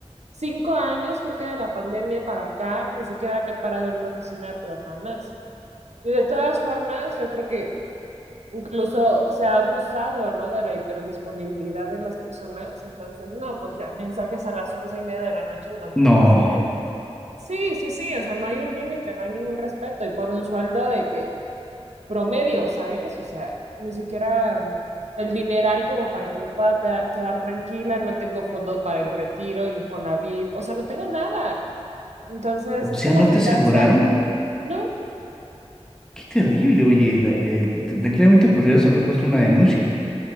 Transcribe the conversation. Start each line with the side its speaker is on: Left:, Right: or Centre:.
Right: cinco años, creo que de la pandemia para acá, ni siquiera me he parado en una oficina, pero jamás. Y de todas formas, yo creo que Incluso se ha abusado, ¿no? De la hiperdisponibilidad de las personas. Entonces, no, pues ya mensajes a las once y media de la noche en domingo,
Centre: No,
Right: así de, sí, sí, sí, o sea, no hay un límite, no hay ningún respeto. Y por un sueldo de que promedio, ¿sabes? O sea, ni siquiera el dineral como para que me pueda ta- quedar tranquila, no tengo fondo para el retiro, Infonavit, o sea, no tengo nada. Entonces,
Centre: o
Right: es
Centre: sea,
Right: como
Centre: ¿no
Right: freelancear,
Centre: te aseguraron?
Right: ¿no?
Centre: Qué terrible, oye, la- eh, te- tranquilamente podrías haber puesto una denuncia.